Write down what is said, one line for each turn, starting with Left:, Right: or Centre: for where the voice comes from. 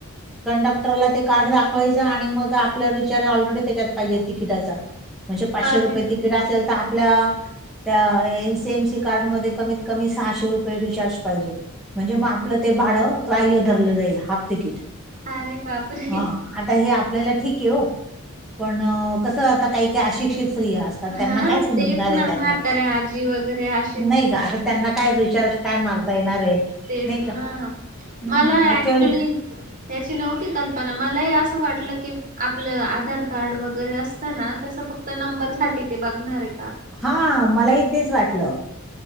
Centre: कंडक्टरला ते कार्ड दाखवायचं आणि मग आपला रिचार्ज ऑलरेडी त्याच्यात पाहिजे तिकीटाचा. म्हणजे पाचशे
Right: अरे
Centre: रुपये तिकीट असेल तर आपल्या त्या <unintelligible> त्या कार्ड मध्ये कमीत कमी सहाशे रुपये रिचार्ज पाहिजे. म्हणजे म आपलं ते भाडं ग्राह्य धरलं जाईल हाफ तिकीट.
Right: अरे बापरे!
Centre: हा आता हे आपल्याला ठीकये वो. पण कसं, आता काही काही अशिक्षित स्त्रिया अस तर त्यांना
Right: हां,
Centre: काय समजणार
Right: तेच
Centre: आहे
Right: ना
Centre: त्यातलं?
Right: म्हाताऱ्या आजी व <unintelligible>
Centre: नही का आता त्यांना काय रिचार्ज काय मारता येणार ये
Right: तेच
Centre: नाही
Right: ना.
Centre: का? हं,
Right: मला
Centre: ऍक्च्युअल
Right: ऍक्च्युली ह्याची नव्हती कल्पना मलाही असं वाटलं की आपलं आधार कार्ड वगैरे असत ना? तसं फक्त नंबर साठी ते बघणार ये.
Centre: हा मलाही तेच वाटलं.